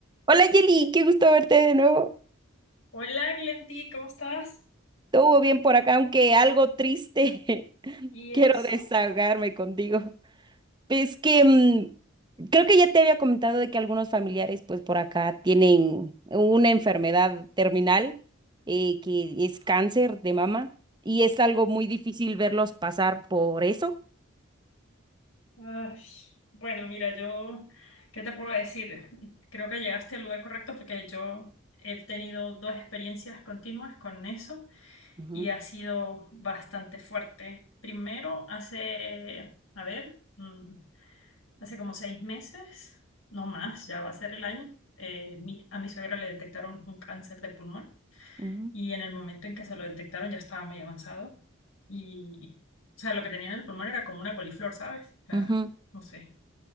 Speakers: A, on the right; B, on the left.
A: Hola Jelly, qué gusto verte de nuevo.
B: Hola Glenti, ¿cómo estás?
A: Todo bien por acá, aunque algo triste. <laughs>
B: ¿Y
A: Quiero
B: eso?
A: desahogarme contigo. Es que mm, creo que ya te había comentado de que algunos familiares, pues por acá, tienen una enfermedad terminal eh, que es cáncer de mama y es algo muy difícil verlos pasar por eso.
B: Ay, bueno, mira, yo, ¿qué te puedo decir? Creo que llegaste al lugar correcto porque yo he tenido dos experiencias continuas con eso
A: Ujú,
B: y ha sido bastante fuerte. Primero, hace, a ver, mm, hace como seis meses, no más, ya va a ser el año, eh, mi- a mi suegra le detectaron un cáncer de pulmón.
A: ujú,
B: y en el momento en que se lo detectaron ya estaba muy avanzado y, o sea, lo que tenía en el pulmón era como una coliflor, ¿sabes? O sea,
A: ujú,
B: no sé.